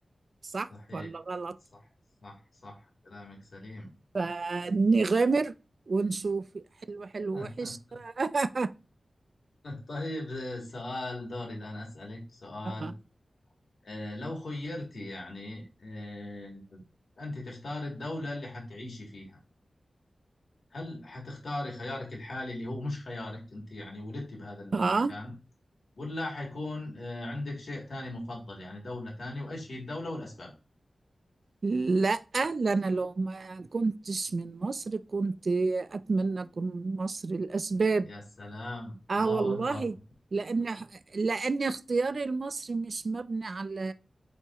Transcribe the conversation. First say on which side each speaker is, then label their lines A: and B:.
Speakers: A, on the right (about 60°); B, on the left (about 65°).
A: صح
B: صحيح
A: ولا غلط
B: صح صح صح كلامك سليم
A: فنغامر ونشوف حلو حلو
B: <laughs>
A: وحش <laughs>
B: طيب آه، سؤال دوري الآن أسألك سؤال
A: آه.
B: آه، لو خيرتي يعني آه، أنت تختاري الدولة اللي حتعيشي فيها هل حتختاري خيارك الحالي اللي هو مش خيارك أنت يعني ولدتي بهذا المكان
A: آه
B: ولا حيكون آه، عندك شيء ثاني مفضل يعني دولة ثانية وإيش هي الدولة والأسباب
A: لا لا أنا لو ما كنتش من مصر كنت أتمنى أكون من مصر الأسباب
B: يا سلام
A: آه
B: الله
A: والله
B: أكبر
A: لأن لأن اختياري المصري مش مبني على